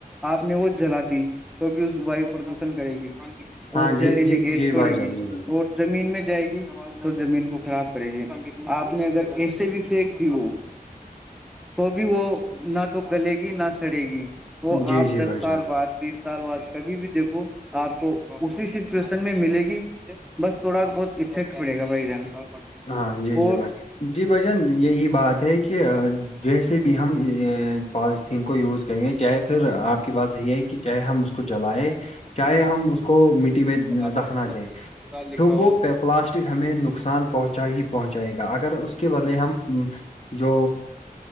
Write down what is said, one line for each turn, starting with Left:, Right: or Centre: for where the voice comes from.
Centre: آپ نے وہ جلا دی تو بھی اس ویو پردوشن کرے گی
Left: ہاں،
Centre: اور
Left: جی
Centre: زہریلی
Left: جی
Centre: گیس
Left: جی
Centre: چھوڑے
Left: بھائی جان
Centre: گی
Left: جی بھائی
Centre: اور زمین میں جائے گی تو زمین کو خراب کرے گی آپ نے اگر ایسے بھی پھینک دی ہو تو بھی وہ نہ تو گلے گی نہ سڑے گی
Left: جان
Centre: وہ
Left: جی
Centre: آپ
Left: جی
Centre: دس
Left: بھائی
Centre: سال
Left: جان
Centre: بعد بیس سال بد کبھی بھی دیکھو آپ کو اسی سچویشن میں ملے گی بس تھوڑا بہت افیکٹ پڑے گا بھائی جان
Left: ہاں جی
Centre: اور
Left: جی بھائی جی بھائی جان یہی بات ہے کہ جیسے بھی ہم پالیتھیین کو یوز کریں گے چاہے پھر آپ کی بات یہی ہے کہ چاہے ہم اس کو جلیں چاہے ہم اس کو مٹی میں
Centre: خلاف
Left: دفنا
Centre: خدمت
Left: دیں
Centre: میں خدا لکھا
Left: تو
Centre: ہو
Left: وہ پلاسٹک ہمیں نقصان پہنچا ہی پہنچائے گا اگر اس کے بدلے ہم جو